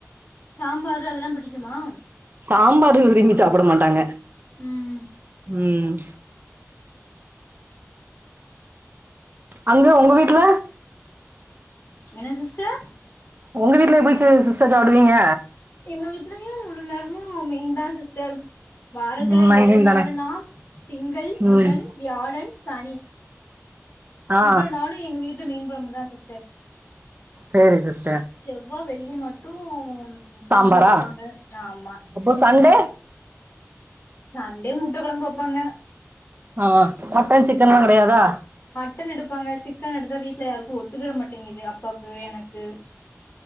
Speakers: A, on the left; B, on the right.
A: சாம்பாரு அதெல்லா பிடிக்குமா?
B: சாம்பாரு விரும்பி சாப்புட மாட்டாங்க
A: ம்
B: ம் அங்க
A: சேரி
B: ஒங்க
A: சேரி
B: வீட்ல
A: என்ன சிஸ்டர்
B: ஒங்க வீட்ல எப்டி ச்சு சிஸ்டர் சாப்டுவீங்க
A: எங்க வீட்லயு முழு நேரமும் மீன்தா சிஸ்டர் வாரத்துல
B: ம் நைன்
A: ஏழு நாளுன்னா
B: தான
A: திங்கள்
B: ம்
A: புதன் வியாழன் சனி
B: ஆ
A: இவ்ளோ நாளு எங்க வீட்ல மீன் கொழம்புதா சிஸ்டர்
B: சேரி சிஸ்
A: செவ்வா வெள்ளி மட்டும்
B: சாம்பாரா
A: சாம்பார் வைப்பாங்க நாமா
B: அப்போ சண்டே
A: சண்டே முட்ட கொழம்பு வப்பாங்க.
B: ஆ அ மட்டன் சிக்கன்லா கெடையாதா
A: மட்டன் எடுப்பாங்க சிக்கன் எடுத்தா வீட்ல யாருக்கு ஒத்துக்கிட மாட்டேங்குது அப்பாவுக்கு எனக்கு